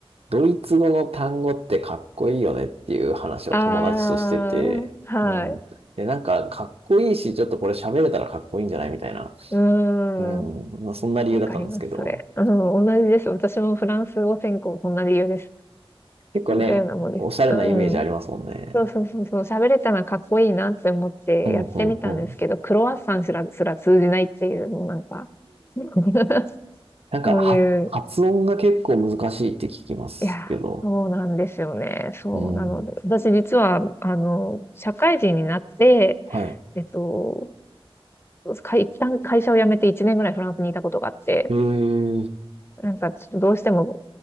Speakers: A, on the right; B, on the left.
A: ドイツ語の単語ってかっこいいよねっていう話を友達としてて、
B: あー、はい。
A: うん。で、なんかかっこいいし、ちょっとこれ喋れたらかっこいいんじゃないみたいな。
B: うーん。
A: うん。まあ、そんな理由だったんですけど、
B: わかります、それ。うん、同じです。私もフランス語専攻、そんな理由です。
A: 結構ね、
B: みたいなもんです。
A: おしゃれなイメージありますもんね。
B: うん。そうそうそうそう、喋れたらかっこいいなって思ってやってみたんですけど、
A: うん、うん、うん。
B: クロワッサンすら、すら通じないっていう、もうなんか、<laughs>
A: なんかは発音が結構難しいって聞きますけど、
B: そういう、いや、そうなんですよね。そう、
A: うん。
B: なので、私実は、あの、社会人になって、
A: はい。
B: えっと、会一旦会社を辞めて1年ぐらいフランスにいたことがあって、
A: へえ
B: なんかちょっとどうしても、